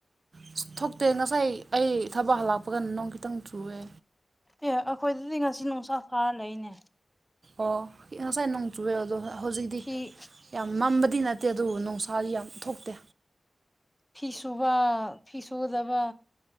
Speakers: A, on the right (about 55°); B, in the centre.
A: ꯑꯁ ꯊꯣꯛꯇꯦ ꯉꯁꯥꯏ ꯑꯩ ꯊꯕꯛ ꯍꯜꯂꯛꯄꯒꯅ ꯅꯣꯡ ꯈꯤꯇꯪ ꯆꯨꯑꯦ꯫
B: ꯑꯦ ꯑꯈꯣꯏꯗꯗꯤ ꯉꯁꯤ ꯅꯨꯡꯁꯥ ꯁꯥꯔ ꯂꯩꯅꯦ꯫
A: ꯑꯣ ꯉꯁꯥꯏ ꯅꯣꯡ ꯆꯨꯏꯑꯦ ꯑꯗꯣ ꯍꯧꯖꯤꯛꯇꯤ꯫
B: ꯐꯤ
A: ꯌꯥꯝ ꯃꯝꯕꯗꯤ ꯅꯠꯇꯦ ꯑꯗꯨꯕꯨ ꯅꯨꯡꯁꯥꯗꯤ ꯌꯥꯝ ꯊꯣꯛꯇꯦ꯫
B: ꯐꯤ ꯁꯨꯕ ꯐꯤ ꯁꯨꯒꯗꯕ꯫